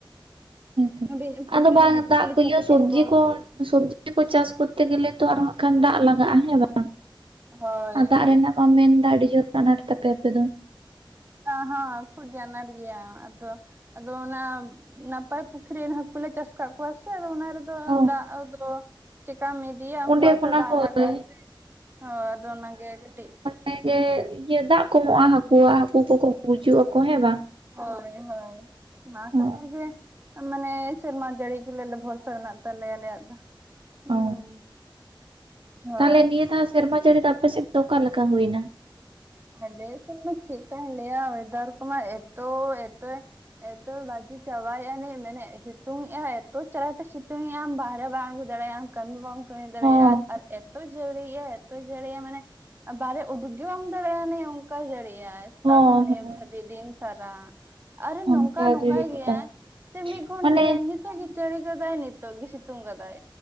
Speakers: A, on the right; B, on the right.
A: ᱦᱮᱸ ᱛᱚ
B: ᱦᱩᱰᱤᱧ ᱯᱩᱠᱷᱨᱤ
A: ᱟᱫᱚ ᱵᱟᱝ
B: ᱚᱱᱟ ᱦᱟᱹᱠᱩ
A: ᱫᱟᱜ
B: ᱠᱚᱞᱮ
A: ᱠᱚ
B: ᱪᱟᱥ ᱟᱠᱟᱫ
A: ᱥᱚᱵᱽᱡᱤ
B: ᱠᱚᱣᱟ
A: ᱠᱚ ᱥᱚᱵᱽᱡᱤ <unintelligible> ᱪᱟᱥ ᱠᱚᱨᱛᱮ ᱜᱮᱞᱮ ᱛᱚ ᱟᱨ ᱦᱚᱸ ᱦᱟᱜ ᱠᱷᱟᱱ ᱫᱟᱜ ᱞᱟᱜᱟᱜᱼᱟ ᱦᱮᱸ ᱵᱟᱝ
B: ᱦᱳᱭ
A: ᱟᱨ ᱫᱟᱜ ᱨᱮᱱᱟᱜ ᱟᱢ ᱢᱮᱱᱫᱟ ᱟᱹᱰᱤ ᱡᱳᱨ ᱟᱱᱟᱴ ᱛᱟᱯᱮ ᱟᱯᱮ ᱫᱚ
B: ᱦᱟᱸ ᱦᱟᱸ ᱠᱷᱩᱵᱽ ᱜᱮ ᱟᱱᱟᱴ ᱜᱮᱭᱟ ᱟᱫᱚ ᱟᱫᱚ ᱚᱱᱟ ᱱᱟᱯᱟᱭ ᱯᱩᱠᱷᱨᱤ ᱨᱮᱱ ᱦᱟᱠᱩ ᱞᱮ ᱪᱟᱥ ᱟᱠᱟᱫ ᱠᱚᱣᱟ ᱥᱮ ᱟᱫᱚ ᱚᱱᱟ ᱨᱮ ᱫᱚ
A: ᱚ
B: ᱫᱟᱜ ᱫᱚ ᱪᱮᱠᱟ ᱢᱤᱫ <unintelligible>
A: ᱚᱸᱰᱮ ᱠᱷᱚᱱᱟᱜ
B: ᱫᱟᱜ
A: ᱦᱳᱭ
B: ᱞᱟᱜᱟᱜ-ᱟ ᱥᱮ ᱦᱚᱸ ᱟᱫᱚ ᱚᱱᱟ ᱜᱮ ᱠᱟᱹᱴᱤᱡ‌
A: ᱦᱮᱸᱜᱮ ᱤᱭᱟᱹ ᱫᱟᱜ ᱠᱚᱢᱚᱜᱼᱟ ᱦᱟᱹᱠᱩᱣᱟᱜ ᱦᱟᱹᱠᱩ ᱠᱚᱠᱚ ᱜᱩᱡᱩᱜ ᱟᱠᱚ ᱦᱮᱸ ᱵᱟᱝ
B: ᱦᱳᱭ ᱦᱳᱭ ᱦᱳᱭ ᱚᱱᱟ ᱠᱷᱟᱹᱛᱤᱨ
A: ᱚ
B: ᱜᱮ ᱢᱟᱱᱮ ᱥᱮᱨᱢᱟ ᱡᱟᱹᱲᱤ ᱜᱮᱞᱮ ᱟᱞᱮ ᱵᱷᱚᱨᱥᱟ ᱢᱮᱱᱟᱜ ᱛᱟᱞᱮᱭᱟ ᱟᱞᱮᱭᱟᱜ ᱫᱚ᱾ ᱦᱩᱸ
A: ᱚ
B: ᱦᱳᱭ
A: ᱛᱟᱦᱟᱞᱮ ᱱᱤᱭᱟᱹ ᱫᱷᱟᱣ ᱥᱮᱨᱢᱟ ᱡᱟᱹᱲᱤ ᱫᱚ ᱟᱯᱮ ᱥᱮᱫ ᱫᱚ ᱚᱠᱟ ᱞᱮᱠᱟ ᱦᱳᱭᱱᱟ?
B: ᱟᱞᱮ ᱥᱮᱫ ᱫᱚ ᱪᱮᱫᱠᱟᱧ ᱞᱟᱹᱭᱟ ᱳᱭᱮᱫᱟᱨ ᱠᱚᱢᱟ ᱮᱛᱚ ᱮᱛᱚᱭ ᱮᱛᱚ ᱵᱟᱡᱮ ᱪᱟᱵᱟᱭᱮᱜ-ᱟ ᱟᱹᱱᱤᱡ ᱢᱮᱱᱮᱫ ᱥᱤᱛᱩᱝ ᱮᱜᱟᱭ ᱮᱛᱚ ᱪᱟᱨᱟᱴ ᱮ ᱥᱤᱛᱩᱝᱮᱜ-ᱟ ᱟᱢ ᱵᱟᱦᱨᱮ ᱵᱟᱢ ᱩᱰᱩᱜ ᱫᱟᱲᱮᱭᱟᱜ-ᱟᱢ᱾ ᱠᱟᱹᱢᱤ ᱵᱟᱢ ᱠᱟᱹᱢᱤ ᱫᱟᱲᱮᱭᱟᱜ-ᱟ,
A: ᱦᱚᱸ
B: ᱟᱨ ᱮᱛᱚᱭ ᱡᱟᱹᱲᱤᱭᱮᱜ-ᱟ ᱮᱛᱚ ᱡᱟᱹᱲᱤᱭᱮᱜ-ᱟ ᱢᱟᱱᱮ ᱵᱟᱨᱮ ᱩᱰᱩᱠ ᱜᱮ ᱵᱟᱢ ᱦᱮᱸ ᱚᱝᱠᱟᱭ ᱡᱟᱹᱲᱤᱭᱮᱜᱟ ᱥᱮᱛᱟᱜ
A: ᱦᱚᱸ
B: ᱠᱷᱚᱱ
A: ᱦᱚᱸ
B: ᱟᱹᱭᱩᱵ ᱫᱷᱟᱹᱵᱤᱡ ᱫᱤᱱ ᱥᱟᱨᱟ᱾ ᱟᱨᱮ
A: ᱚᱱᱠᱟ
B: ᱱᱚᱝᱠᱟ ᱱᱚᱝᱠᱟᱭ
A: ᱜᱮ ᱦᱩᱭᱩᱜ
B: ᱜᱮᱭᱟ
A: ᱠᱟᱱᱟ
B: ᱥᱮ ᱢᱤᱫ
A: ᱢᱟᱱᱮ
B: <inaudible> ᱛᱳᱜ ᱜᱮ ᱡᱟᱲᱤ ᱜᱚᱫᱟᱭ ᱱᱤᱛᱳᱜ ᱜᱮ ᱥᱤᱛᱩᱝ ᱜᱚᱫᱟᱭ᱾